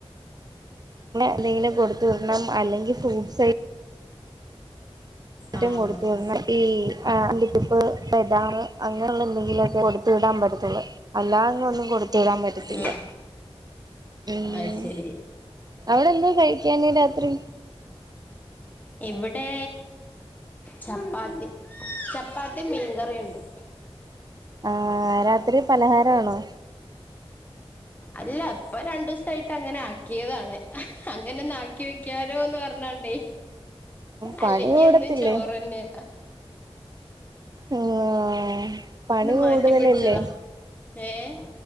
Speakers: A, on the right; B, on the left.
A: എന്തെങ്കിലും കൊടുത്തു വിടണം അല്ലെങ്കിൽ ഫ്രൂട്ട്സ് ഐ റ്റം
B: ആഹ്
A: കൊടുത്തണം ഈ അണ്ടി പരിപ്പ് ബദാം അങ്ങനെയുള്ള എന്തെങ്കിലും ഒക്കെ കൊടുത്ത് വിടാൻ പറ്റത്തുള്ളൂ അല്ലാതെങ്ങും ഒന്നും കൊടു ത്തു വിടാൻ പറ്റത്തില്ല
B: ആഹ്
A: ഉം
B: അത് ശരി
A: അവിടെന്താ കഴിക്കാന് രാത്രി
B: ഇവിടെ ചപ്പാത്തി ചപ്പാത്തി മീൻകറിയുണ്ട്
A: ആഹ രാത്രി പലഹാരം ആണോ
B: അല്ല ഇപ്പ രണ്ടു ദിവസായിട്ട് അങ്ങനെ ആക്കിയതാണ് അങ്ങനെ ഒന്ന് ആക്കി വയ്ക്കാ ന്ന് പറഞ്ഞാണ്ടേ
A: പണി
B: അല്ലെങ്കി
A: കൂടത്തില്ലേ
B: എന്നും ചോറ് തന്നെയ
A: ആ ആ പണി കൂടുതലല്ലേ
B: മാറ്റി പിടിച്ചതാ ഏഹ്